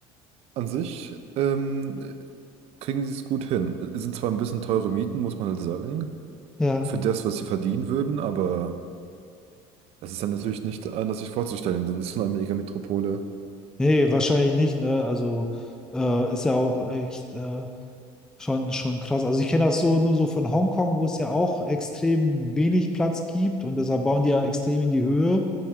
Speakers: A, on the right; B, in the centre.
A: An sich ähm, kriegen sie es gut hin. Es sind zwar ein bisschen teure Mieten, muss man halt sagen,
B: Ja.
A: für das, was sie verdienen würden, aber es ist dann natürlich nicht anders sich vorzustellen, denn es ist so eine Megametropole.
B: Nee, wahrscheinlich nicht, ne? Also äh, ist ja auch echt. Äh, Schon, schon krass. Also ich kenne das so nur so von Hongkong, wo es ja auch extrem wenig Platz gibt und deshalb bauen die ja extrem in die Höhe.